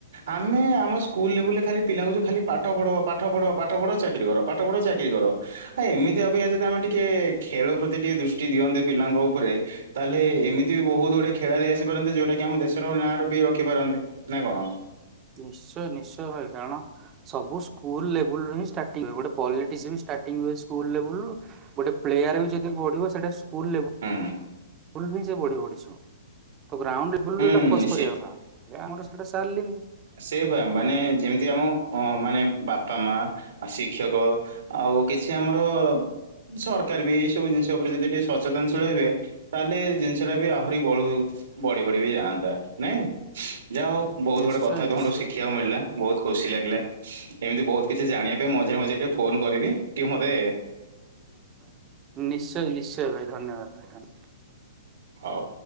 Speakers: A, on the right; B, on the right.
A: ଆମେ ଆମ ସ୍କୁଲ ଲେବୁଲରେ ଖାଲି ପିଲାଙ୍କୁ ଯୋଉ ଖାଲି ପାଠ ପଢ ପାଠ ପଢ ପାଠ ପଢ ଚାକିରୀ କର ପାଠ ପଢ ଚାକିରୀ କର। ଆ ଏମିତି ଅପେକ୍ଷା ଯଦି ଆମେ ଟିକେ ଖେଳ ପ୍ରତି ଟିକେ ଦୃଷ୍ଟି ଦିଅନ୍ତେ ପିଲାଙ୍କ ଉପରେ ତାହେଲେ ଏମିତି ବି ବହୁତ ଗୁଡିଏ ଖେଳାଳି ଆସିପାରନ୍ତେ, ଯୋଉଟା କି ଆମ ଦେଶର ନାଁ ବି ରଖିପାରନ୍ତେ ନା କଣ।
B: ନିଶ୍ଚୟ ନିଶ୍ଚୟ ଭାଇ କାରଣ ସବୁ ସ୍କୁଲ ଲେବୁଲ ହିଁ ଷ୍ଟାର୍ଟିଂ ହୁଏ। ଗୋଟେ ପଲିଟିସିଆନ ବି ଷ୍ଟାର୍ଟି ହୁଏ ସ୍କୁଲ ଲେବୁଲରୁ। ଗୋଟେ ପ୍ଲେୟାର ବି ଯଦି ବଢିବ ସେଟା ସ୍କୁଲ ଲେ
A: ହୁଁ।
B: <unintelligible> ସେ ବଢି ବଢି ଯିବ। ତ ଗ୍ରାଉଣ୍ଡ <unintelligible>
A: ହୁଁ
B: କରିବା ଆମର ସେଇଟା ଚାଲିନି।
A: ସେବା ମାନେ ଯେମିତି ଆମ ଅ ମାନେ ବାପା ମା ଆ ଶିକ୍ଷକ ଆଉ କିଛି ଆମର ସରକାର ବି ଏଇ ସବୁ ଜିନିଷ ଉପରେ ଯଦି ଟିକେ ସଚେତନଶୀଳ ହେବେ ତାହେଲେ ଜିନିଷଟା ବି ଆହୁରି ବ ବଢିବ। ବି ଯାଆନ୍ତା ନାଇଁ ଯାହା ହଉ ବହୁତ
B: ନିଶ୍ଚୟ
A: ଗୁଡେ କଥା ତମଠୁ
B: ନିଶ୍ଚୟ
A: ଶିଖିବାକୁ ମିଳିଲା। ବହୁତ ଖୁସି ଲାଗିଲା। ଏମିତି ବହୁତ କିଛି ଜାଣିବା ପାଇଁ ମଝିରେ ମଝିରେ ଟିକେ ଫୋନ କରିବି ଟିକେ ମୋତେ
B: ନିଶ୍ଚୟ ନିଶ୍ଚୟ ଭାଇ ଧନ୍ୟବାଦ ଭାଇ ଧନ୍ୟବାଦ।
A: ହଉ।